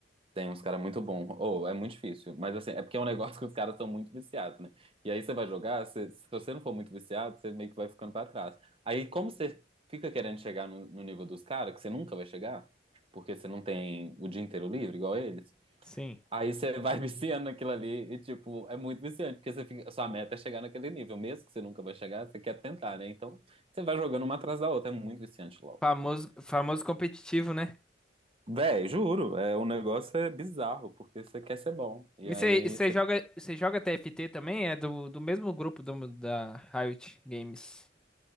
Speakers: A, on the right; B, in the centre.
A: Tem uns caras muito bons. Ou é muito difícil, mas assim, é porque é um <laughs> negócio que os caras são muito viciados, né? E aí você vai jogar, você- se você não for muito viciado, você meio que vai ficando pra trás. Aí como você fica querendo chegar no, no nível dos caras, que você nunca vai chegar, porque você não tem o dia inteiro livre igual eles,
B: Sim.
A: Aí você vai <laughs> viciando naquilo ali e, tipo, é muito viciante, porque você fica, a sua meta é chegar naquele nível, mesmo que você nunca vai chegar, você quer tentar, né? Então, você vai jogando uma atrás da outra, é muito viciante logo.
B: Famoso, famoso competitivo, né?
A: Véi, juro, é, o negócio é bizarro, porque você quer ser bom. E
B: E
A: aí
B: você
A: você.
B: joga, você joga TFT também? É do, do mesmo grupo do- da Riot Games.